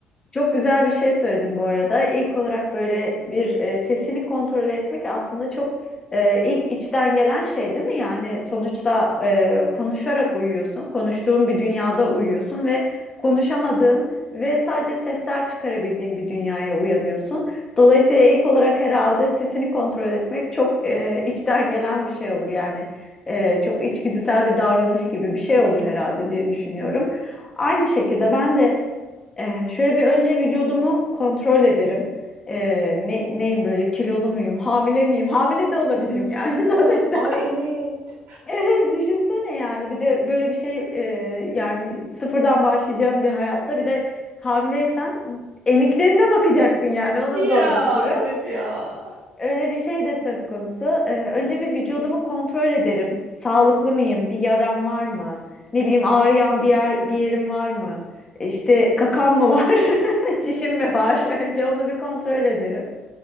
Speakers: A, on the left; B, on the right.
A: Çok güzel bir şey söyledin bu arada. İlk olarak böyle bir e, sesini kontrol etmek aslında çok e, ilk içten gelen şey değil mi? Yani sonuçta e, konuşarak uyuyorsun, konuştuğun bir dünyada uyuyorsun ve konuşamadığın ve sadece sesler çıkarabildiğin bir dünyaya uyanıyorsun. Dolayısıyla ilk olarak herhalde sesini kontrol etmek çok e, içten gelen bir şey olur yani. E, çok içgüdüsel bir davranış gibi bir şey olur herhalde diye düşünüyorum. Aynı şekilde ben de ee, şöyle bir önce vücudumu kontrol ederim. Ee, ne, neyim böyle kilolu muyum, hamile miyim? Hamile de olabilirim
B: Hmm.
A: yani <laughs> sonuçta.
B: Ay evet.
A: Evet, düşünsene yani bir de böyle bir şey e, yani sıfırdan başlayacağım bir hayatta bir de hamileysen eniklerine bakacaksın yani o
B: Ya
A: da zor bir durum.
B: evet ya.
A: Öyle bir şey de söz konusu. Ee, önce bir vücudumu kontrol ederim. Sağlıklı mıyım? Bir yaram var mı? Ne bileyim ağrıyan bir yer bir yerim var mı? İşte kakan mı var? <laughs> Çişim mi var? <laughs> Önce onu bir kontrol ederim.